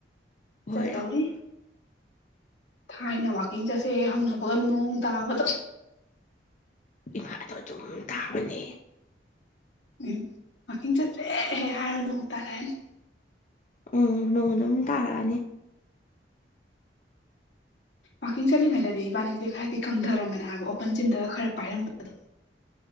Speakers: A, on the left; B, on the left.
A: ꯍꯣꯏ
B: ꯆꯠꯇꯧꯔꯤ ꯊꯥꯏꯅ ꯋꯥꯛꯀꯤꯡ ꯆꯠꯁꯦ ꯍꯧꯅꯕꯒ ꯅꯣꯡ ꯇꯥꯕꯗ
A: ꯏꯃꯥꯗꯣ ꯑꯗꯨꯝ ꯇꯥꯕꯅꯦ
B: ꯎꯝ ꯋꯥꯋꯥꯛꯀꯤꯡ ꯆꯠꯁꯦꯍꯦꯛ ꯍꯥꯏꯔ ꯅꯣꯡ ꯇꯥꯔꯛꯑꯅꯤ
A: ꯎꯝ ꯅꯣꯡ ꯑꯗꯨꯝ ꯇꯥꯔꯛꯑꯅꯤ
B: ꯋꯥꯀꯤꯡ ꯆꯠꯂꯤꯉꯩꯗꯗꯤ ꯏꯕꯥꯅꯤꯁꯦ ꯈꯔꯗꯤ ꯀꯪꯊꯔꯝꯕꯅꯦ ꯍꯥꯏꯕ ꯑꯣꯄꯟ ꯖꯤꯝꯗꯒ ꯈꯔ ꯄꯥꯏꯔꯝꯕꯗꯣ